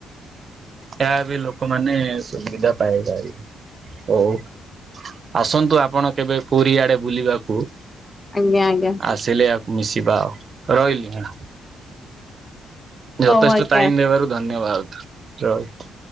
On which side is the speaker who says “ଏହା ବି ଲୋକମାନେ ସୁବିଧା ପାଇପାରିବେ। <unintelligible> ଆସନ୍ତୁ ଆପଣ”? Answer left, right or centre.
Right